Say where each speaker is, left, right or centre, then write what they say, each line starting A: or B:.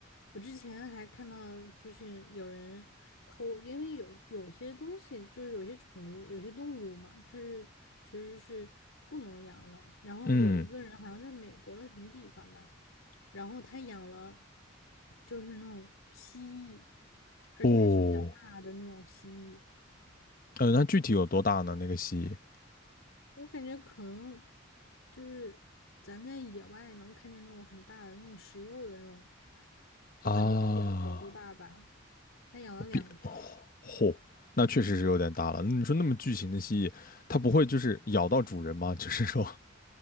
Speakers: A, on the left; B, on the left.
A: 我之前还看到，就是有人偷，因为有有些东西，就是有些宠物、有些动物嘛，它是其实是不能养的。然后有一个人好像在美国的什么地方吧，
B: 嗯，
A: 然后他养了就是那种蜥蜴，而且还是比较大的那种蜥蜴。
B: 哦，呃，那具体有多大呢？那个蜥
A: 我感觉可能就是咱在野外能看见那种很大的那种食肉的那种，我感觉比一条狗都大吧。
B: 蜴啊？
A: 他养了两条，
B: 我变哦嚯，那确实是有点大了。那你说那么巨型的蜥蜴，它不会就是咬到主人吗？<laughs> 就是说，